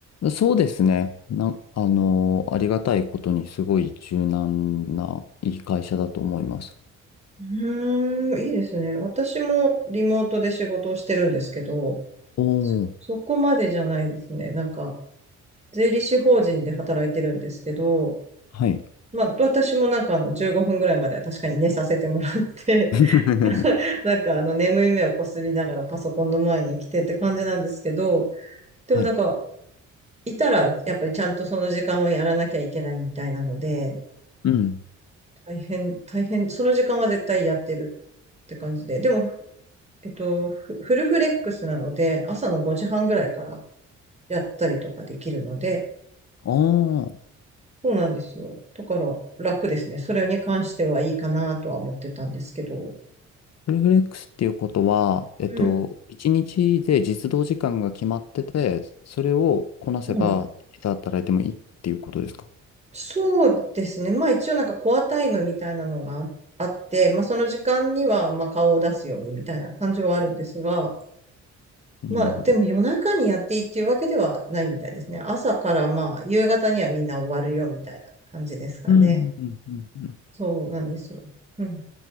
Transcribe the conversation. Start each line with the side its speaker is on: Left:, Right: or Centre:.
Left: そうですね。なん、あの、ありがたいことにすごい柔軟ないい会社だと思います。
Right: うーん、いいですね。私もリモートで仕事をしてるんですけど、
Left: おお
Right: そこまでじゃないですね。なんか、税理士法人で働いてるんですけど、
Left: はい。
Right: まあ、私もなんかあの15分ぐらいまでは確かに寝させてもらって
Left: <laughs>
Right: <laughs> なんかあの眠い目をこすりながらパソコンの前に来てって感じなんですけど、でもなんか
Left: はい。
Right: いたらやっぱりちゃんとその時間はやらなきゃいけないみたいなので、
Left: うん。
Right: 大変、大変、その時間は絶対やってるって感じで、でも、えっと、フフルフレックスなので、朝の5時半ぐらいからやったりとかできるので、
Left: ああ、
Right: そうなんですよ。だから楽ですね。それに関してはいいかなとは思ってたんですけど、
Left: フルフレックスっていうことは、えっと、
Right: うん、
Left: 1日で実働時間が決まってて、それをこなせば、
Right: うん。
Left: いつ働いてもいいっていうことですか
Right: そうですね。まあ一応なんかコアタイムみたいなのがあって、まあその時間にはまあ顔を出すようにみたいな感じはあるんですが、
Left: なるほど。
Right: まあでも夜中にやっていいっていうわけではないみたいですね。朝からまあ夕方にはみんな終わるよみたいな感じですかね。
Left: うん、うん、うん、う
Right: そうなんですよ。うん。